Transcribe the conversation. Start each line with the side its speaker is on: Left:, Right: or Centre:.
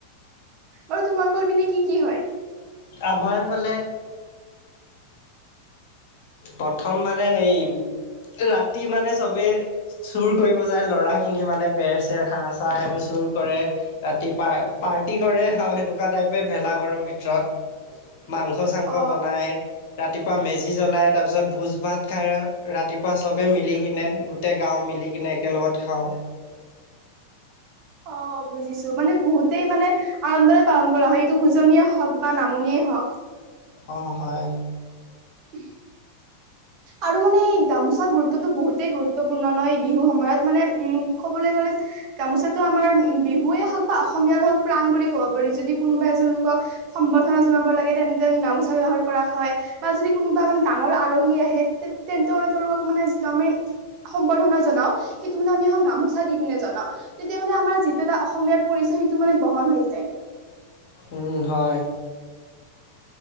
Right: বাৰু তোমালোকৰ পিনে কি কি হয়?
Left: আমাৰ ফালে প্ৰথম মানে সেই, ৰাতি মানে চবে চুৰ কৰিব যায়, ল'ৰাখিনি মানে বেৰ চেৰ হাঁহ চাঁহ সেইবোৰ চুৰ কৰে। ৰাতি পা পাৰ্টি কৰে আৰু সেনেকুৱা টাইপে ভেলাঘৰৰ ভিতৰত, মাংস মাংস
Right: অ
Left: বনাই, ৰাতিপুৱা মেজি জ্বলাই। তাৰপিছত ভোজ ভাত খাই, ৰাতিপুৱা চবেই মিলি কিনে, গোটেই গাঁৱ মিলি কিনে একেলগত খাওঁ।
Right: অ' বুজিছো মানে বহুতেই মানে আনন্দৰে পালন কৰা হয়, এইটো উজনিয়েই হওক বা নামনিয়েই হওক।
Left: অ' হয়।
Right: উম। আৰু মানে গামোচাৰ গুৰুত্বটো বহুতেই গুৰুত্বপূৰ্ণ ন এই বিহু সময়ত মানে, উম, ক'বলৈ গ'লে গামোচাটো আমাৰ বিহুৱে হওক বা অসমীয়াৰ হওক প্ৰাণ বুলি ক'ব পাৰি, যদি কোনোবা এজন লোকক সম্বৰ্ধনা জনাব লাগে, তেন্তে গামোচা ব্যৱহাৰ কৰা হয়, বা যদি কোনোবা মানে ডাঙৰ আলহী আহে সেই তে তেন্তে মানে তেওঁলোকক মানে যেতিয়া আমি সম্বৰ্ধনা জনাও, সেইটো মানে আমি এখন গামোচা দি পিনে জনাও। তেতিয়া মানে আমাৰ যিটো এটা অসমীয়াৰ পৰিচয় সেইটো মানে বহন হৈ যায়।
Left: উম হয়।